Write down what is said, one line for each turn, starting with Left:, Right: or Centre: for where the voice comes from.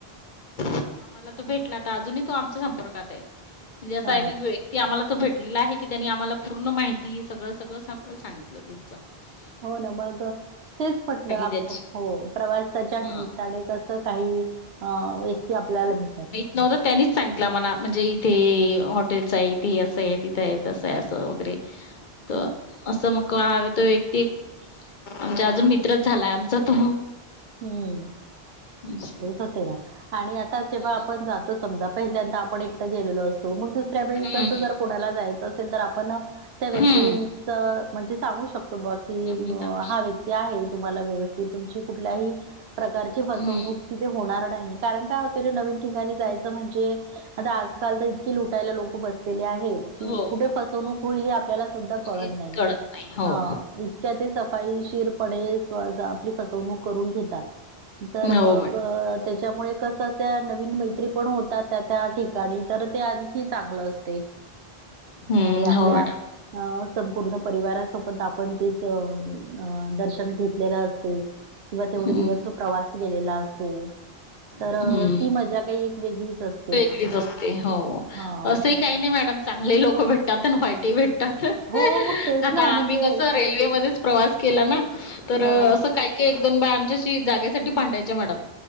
Left: देव आम्हाला तो भेटला आता अजूनही तो आमच्या संपर्कात आहे म्हणजे असा
Right: हा
Left: ते आम्हाला तर भेटलेलं आहे की त्यांनी आम्हाला पूर्ण माहिती सगळं सगळं सगळं सांगितलं ते जा <inaudible>
Right: हो न मग <inaudible> तेच म्हटलं आप
Left: त्याची
Right: हो प्रवासाच्या
Left: हा
Right: निमित्ताने कसं काही अ व्यक्ती आपल्याला भेटतात
Left: नव्हत त्यांनीच सांगितलं मला म्हणजे इथे हॉटेल्स आहे इथे असं आहे तिथे आहेत असं आहे असं वगैरे तर असं मग हव तो व्यक्ती आमचा अजून मित्रच झालाय आमचा तो
Right: हम्म
Left: असं.
Right: तेच होते ना आणि आता जेव्हा
Left: हम्म
Right: आपण जातो समजा पहिल्यांदा आपण एकट गेलेलो असतो मग दुस दुसऱ्या वेळी
Left: हम्म
Right: कस जर कोुणाला जायचं असेल तर आपण त्या व्यक्ती
Left: हम्म
Right: म्हणजे सांगू शकतो बा की
Left: आपण सांगू शक
Right: हा व्यक्ती आहे तुम्हाला व्यवस्थित तुमची कुठल्याही प्रकारची फसवणूक
Left: हम्म
Right: तिथे होणार नाही कारण काय हो नवीन ठिकाणी म्हणजे आ आजकाल तर इते लुटायला लोक बसलेले आहे की
Left: हो.
Right: कुठे फसवणूक होईल आपल्याला सुद्धा कळत
Left: हेच
Right: नाही
Left: नाही हो
Right: ह ते सफाईशीरपणे आपली फसवणूक करून घेतात तर
Left: हो
Right: मग
Left: मॅडम
Right: अ त्याच्यामुळे कस अस नवीन मैत्री पण होतात त्या त्या ठिकाणी तर ते आणखी चांगलं असते
Left: हम्म
Right: आणि आपल्या
Left: हो मॅडम
Right: अ संपूर्ण परिवारासोबत आपण ते दर्शन घेतलेलं असते किंवा तेवढे
Left: हम्म
Right: दिवस प्रवास गेलेला असतो तर
Left: हम्म
Right: ती मजा काही वेगळीच असते
Left: वेगळीच असते हो
Right: हां.
Left: असंही काही नाही मॅडम चांगले लोक भेटतात आणि व्हाईटही भेटतात
Right: हो, मग तेच
Left: आता
Right: ना म्हणजे
Left: आम्ही कस रेल्वेमध्येध्येच प्रवास केला ना तर
Right: हां,
Left: असं काही एक दोन बाय आमच्याशी जागेसाठी भांडायचे मॅडम